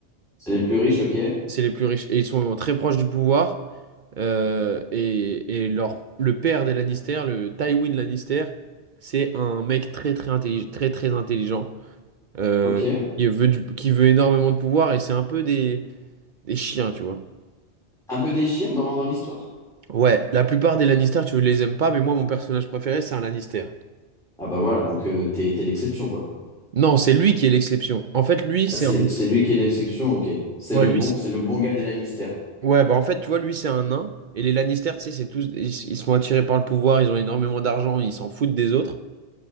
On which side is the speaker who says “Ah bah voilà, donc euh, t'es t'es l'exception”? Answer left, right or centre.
Centre